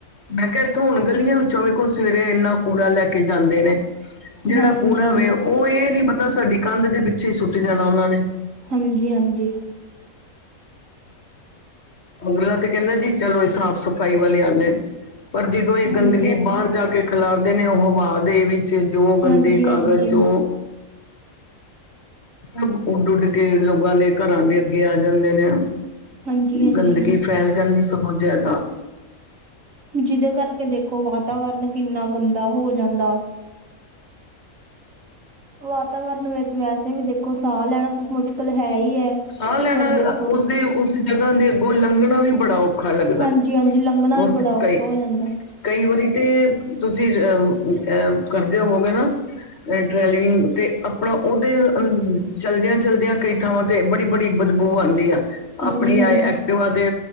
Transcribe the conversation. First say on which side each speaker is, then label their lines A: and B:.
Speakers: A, on the left (about 50°); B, on the right (about 65°).
A: ਮੈਂ ਕਿਹਾ ਇੱਥੋਂ ਹੁਣ ਗਲੀਆਂ ਵਿੱਚੋਂ ਵੀ ਕੋਈ ਸਵੇਰੇ ਇੰਨਾ ਕੂੜਾ ਲੈ ਕੇ ਜਾਂਦੇ ਨੇ ਜਿਹੜਾ
B: ਹਾਂਜੀ,
A: ਕੂੜਾ ਵੇ ਉਹ ਇਹ ਨੀ ਪਤਾ ਸਾਡੀ ਕੰਧ ਦੇ ਪਿੱਛੇ ਹੀ ਸੁੱਟ ਜਾਣਾ ਉਹਨਾਂ ਨੇ।
B: ਹਾਂਜੀ- ਹਾਂਜੀ।
A: ਅਗਲਾ ਤੇ ਕਹਿੰਦਾ ਜੀ ਚਲੋ ਸਾਫ਼ ਸਫ਼ਾਈ ਵਾਲੇ ਆਦੇਂ। ਪਰ ਜਦੋਂ ਇਹ
B: ਹਾਂਜੀ,
A: ਗੰਦਗੀ
B: ਹਾਂਜੀ।
A: ਬਾਹਰ ਜਾ ਕੇ ਖਿਲਾਰਦੇ ਨੇ ਉਹ ਹਵਾ ਦੇ ਵੀ ਜੋ ਗੰਦੇ
B: ਹਾਂਜੀ,
A: ਕਾਗਜ਼
B: ਹਾਂਜੀ,
A: ਜੋ
B: <unintelligible>
A: ਸਭ ਉੱਡ -ਉੱਡ ਕੇ ਲੋਕਾਂ ਦੇ ਘਰਾਂ ਦੇ ਅੱਗੇ ਆ ਜਾਂਦੇ ਨੇ।
B: ਹਾਂਜੀ, ਹਾਂਜੀ।
A: ਗੰਦਗੀ ਫੈਲ ਜਾਂਦੀ ਸਗੋਂ ਜ਼ਿਆਦਾ।
B: ਜਿਹਦੇ ਕਰਕੇ ਦੇਖੋ ਵਾਤਾਵਰਨ ਕਿੰਨਾ ਗੰਦਾ ਹੋ ਜਾਂਦਾ। ਵਾਤਾਵਰਨ ਵਿੱਚ ਵੈਸੇ ਵੀ ਦੇਖੋ ਸਾਹ ਲੈਣਾ ਤਾਂ ਮੁਸ਼ਕਿਲ ਹੈ ਹੀ ਹੈ।
A: ਸਾਹ ਲੈਣਾ
B: ਫਿਰ ਦੇਖੋ
A: ਉਸਦੇ ਉਸ ਜਗ੍ਹਾ ਦੇ ਅੱਗੋਂ ਲੰਘਣਾ ਵੀ ਬੜਾ ਔਖ ਔਖਾ ਲੱਗਦਾ
B: ਹਾਂਜੀ, ਹਾਂਜੀ ਲੰਘਣਾ
A: ਉਸਦੇ
B: ਵੀ ਬੜਾ ਔਖਾ
A: ਕਈ
B: ਹੋ ਜਾਂਦਾ।
A: ਕਈ ਵਾਰੀ ਤੇ ਤੁਸੀਂ ਅਆ ਕਰਦੇ ਹੋ ਹੋਗੇ ਨਾ। ਡ੍ਰੈਲਵਿੰਗ ਤੇ ਆਪਣਾ ਉਹਦੇ ਚਲਦਿਆਂ- ਚਲਦਿਆਂ ਕਈ ਥਾਵਾਂ ਤੇ ਬੜੀ -ਬੜੀ ਬਦਬੂ ਆਉਂਦੀ ਆ
B: ਹਾਂਜੀ,
A: ਆਪਣੀ
B: ਹਾਂਜੀ,
A: ਆਏ ਪਿਉ ਤੇ